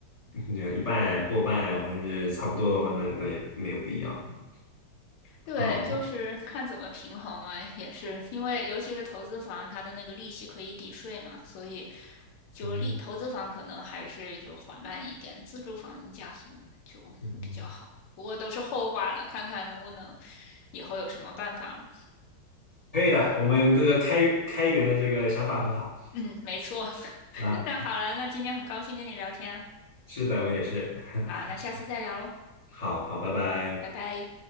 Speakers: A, on the left; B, on the left.
A: 嗯一半、过半或者是差不多的话，那那也没有不一样。
B: 对，
A: 好，
B: 就是看怎么平衡嘛，也是因为尤其是投资房，它的那个利息可以抵税嘛，所以就是利投资房可能还是就缓慢一点，
A: 嗯
B: 自住房能加速就比较好。
A: 嗯。
B: 不过都是后话了，看看能不能以后有什么办法了。
A: 可以的，我们这个开开源的这个想法很好
B: 嗯，没错。<laughs>
A: 啊。
B: 那好了，那今天很高兴跟你聊天
A: 是的，我也是。<laughs>
B: 啊好，那下次再聊喽，
A: 好好，拜拜。
B: 拜拜。